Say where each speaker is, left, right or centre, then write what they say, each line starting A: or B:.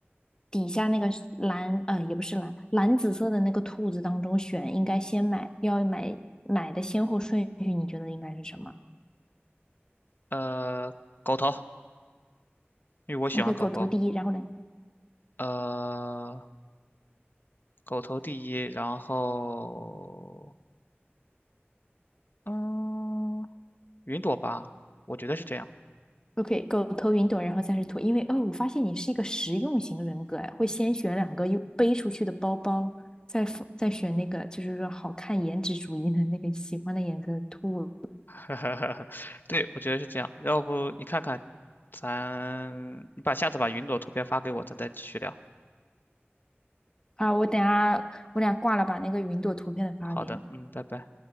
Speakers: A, on the left; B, on the left.
A: 底下那个是蓝呃也不是蓝蓝紫色的那个兔子当中选，应该先买要买买的先后顺序，你觉得应该是什么
B: 呃，狗头，因为我喜欢狗狗。
A: ？OK，狗头第一，然后呢？
B: 呃，狗头第一，然后嗯，云朵吧，我觉得是这样。
A: OK，狗头云朵，然后再是兔，因为哦，我发现你是一个实用型人格哎，会先选两个又背出去的包包，再再选那个就是说好看颜值主义的那个喜欢的颜色的兔子。
B: <laughs> 对，我觉得是这样。要不你看看，咱你把下次把云朵图片发给我，咱再继续聊。
A: 好，我等下我俩挂了，把那个云朵图片的发给你。
B: 好的，嗯，拜拜。